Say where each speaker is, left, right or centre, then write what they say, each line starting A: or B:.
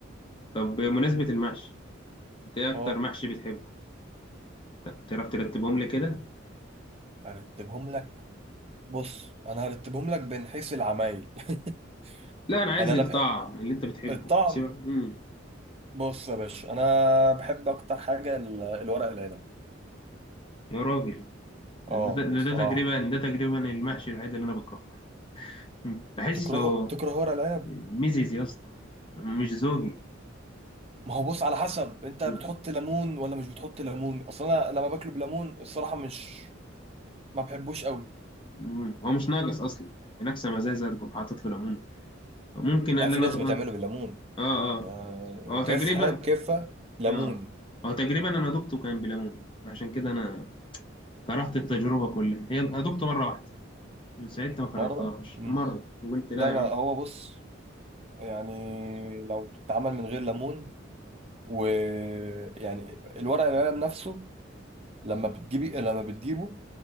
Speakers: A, on the left; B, on the right.
A: طب بمناسبة المحشي أنت إيه أكتر
B: اه
A: محشي بتحبه؟ ت- تعرف ترتبهم لي كده؟
B: ارتبهم لك بص انا هرتبهم لك من حيث العمايل <laughs>
A: لا أنا عايز
B: يعني انا
A: الطعم
B: بحب
A: اللي أنت بتحبه
B: الطعم
A: سيبك مم.
B: بص يا باشا انا بحب اكتر حاجه ال- الورق العنب
A: يا راجل
B: اه
A: ده, ده,
B: الصراحه
A: ده تقريبا ده تقريبا المحشي الوحيد اللي أنا بكرهه مم. بحسه
B: تكرهه تكره ورق العنب
A: ميزيز يا اسطى مش زوجي
B: ما هو بص على حسب انت
A: مم.
B: بتحط ليمون ولا مش بتحط ليمون اصلا انا لما باكله بليمون الصراحه مش ما بحبوش قوي
A: مم. هو مش ناقص أصلا ناقصة مزازة تقوم حاطط له ليمون ممكن
B: لا
A: اللي
B: في
A: انا
B: ناس
A: اه
B: بتعمله بالليمون
A: اه
B: يعني
A: اه
B: كيفها
A: تجربة
B: كيفها ليمون
A: اه هو تجربة انا دقته كان بليمون عشان كده انا كرهت التجربة كلها هي أنا دقته مرة واحدة من ساعتها ما كررتهاش
B: مره مم.
A: مرة وقلت لا
B: لا
A: يا
B: لا
A: عم
B: هو بص يعني لو اتعمل من غير ليمون ويعني الورق العنب نفسه لما بتجيبي لما بتجيبه